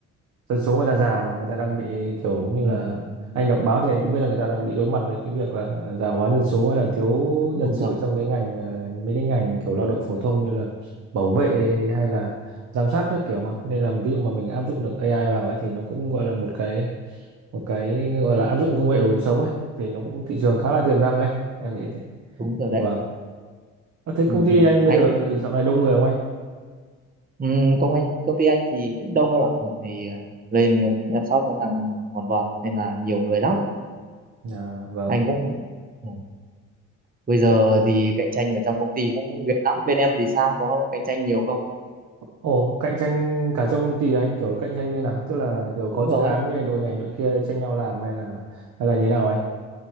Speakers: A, on the right (about 65°); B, on the right (about 30°).
A: dân số người ta già mà người ta đang bị kiểu như
B: ừ.
A: là
B: ừ,
A: anh đọc báo thì anh cũng biết là người ta đang bị đối mặt với cái việc là già hóa dân số hay là thiếu
B: đúng
A: nhân sự
B: rồi
A: trong cái ngành ờ, mấy cái ngành kiểu lao động phổ thông như là bảo vệ hay là giám sát các kiểu mà. Nên là ví dụ mà mình áp dụng được AI vào ấy thì nó cũng gọi là một cái một cái gọi là áp dụng công nghệ vào cuộc sống ấy thì nó cũng thị trường
B: ừ.
A: khá là tiềm năng ấy, em nghĩ thế.
B: đúng rồi
A: vâng
B: đấy
A: Ờ, Thế công
B: ừ.
A: ty
B: Ừ.
A: anh bây
B: anh
A: giờ dạo này đông người không anh?
B: Ừ, công anh công ty anh thì cũng đông em ạ thì ờ, lên em shop nó tăng vòn vọt nên là nhiều người lắm
A: À, vâng.
B: anh cũng ừ. bây giờ
A: Thế-
B: thì cạnh tranh ở trong công ty cũng ghê lắm bên em thì sao có cạnh tranh nhiều không
A: Ồ, cạnh tranh cả trong công ty à anh kiểu cạnh tranh như nào? Tức là kiểu có
B: đúng
A: dự
B: rồi
A: án về đội này đội kia tranh nhau làm hay là hay là như thế nào anh?